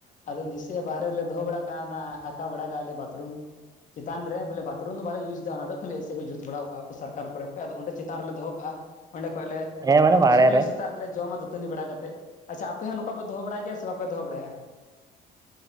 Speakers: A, on the left; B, on the right.
A: ᱟᱫᱩᱧ ᱫᱤᱥᱟᱹᱭᱟ ᱵᱟᱦᱨᱮ ᱨᱮᱞᱮ ᱫᱚᱦᱚ ᱵᱟᱲᱟ ᱠᱟᱜ-ᱟ ᱚᱱᱟ ᱟᱠᱟ ᱵᱟᱲᱟ ᱠᱟᱜ-ᱟ ᱞᱮ ᱵᱟᱛᱷᱨᱩᱢ ᱪᱮᱛᱟᱱ ᱨᱮ ᱵᱚᱞᱮ ᱵᱟᱛᱨᱩᱢ ᱫᱚ ᱵᱟᱞᱮ ᱤᱭᱩᱥ ᱫᱟ ᱚᱱᱟ ᱫᱚ ᱠᱷᱟᱹᱞᱤ ᱮᱭᱥᱮ ᱠᱚ ᱡᱩᱛ ᱵᱟᱲᱟᱣ ᱠᱟᱜ-ᱟ ᱠᱩ᱾ ᱥᱚᱨᱠᱟᱨ ᱠᱚᱨᱮ ᱠᱷᱚᱱᱚᱡ ᱟᱫᱚᱸᱰᱮ ᱪᱮᱛᱟᱱ ᱨᱮᱞᱮ ᱫᱚᱦᱚ ᱠᱟᱜᱼᱟ᱾ ᱚᱸᱰᱮ ᱠᱷᱚᱡᱞᱮ
B: ᱦᱮᱸ ᱢᱟᱱᱮ
A: ᱟᱨ
B: ᱵᱟᱦᱨᱮ
A: ᱫᱚᱥᱟᱨ ᱦᱤᱞᱳᱜ
B: ᱨᱮ
A: ᱥᱮᱛᱟᱜ ᱨᱮᱞᱮ ᱡᱚᱢᱟ ᱫᱟᱹᱛᱟᱹᱱᱤ ᱵᱟᱲᱟ ᱠᱟᱛᱮᱫ᱾ ᱟᱪᱪᱷᱟ ᱟᱯᱮ ᱦᱚᱸ ᱱᱚᱝᱠᱟ ᱯᱮ ᱫᱚᱦᱚ ᱵᱟᱲᱟᱭ ᱜᱮᱭᱟ ᱥᱮ ᱵᱟᱯᱮ ᱫᱚᱚ ᱵᱟᱲᱟᱭᱟ?